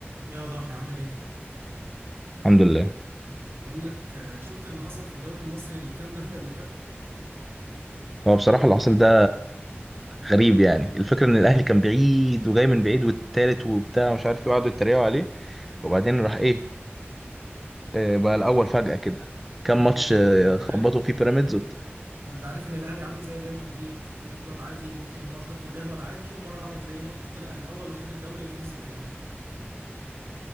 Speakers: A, on the right; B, in the centre.
A: يا ضاحي عامل ايه؟
B: الحمد لله
A: بقول لك آه، شفت اللي حصل في الدوري المصري الكام <laughs> جولة اللي فاتوا؟
B: هو بصراحة اللي حصل ده غريب يعني الفكرة ان الاهلي كان بعيد وجاي من بعيد والتالت وبتاع ومش عارف ايه وقعدوا يتريقوا عليه وبعدين راح ايه آه، بقى الاول فجأة كده كام
A: يا باشا
B: ماتش
A: ما
B: آه،
A: ما انت
B: خبطوا
A: عارف
B: فيه بيراميدز وبت-
A: ما انت عارف ان الاهلي عامل زي ريال مدريد يفضل عادي ممكن يتأخر في الجدول عادي ومرة واحدة تلاقيه نط طلع الاول وخد الدوري وخلص الكلام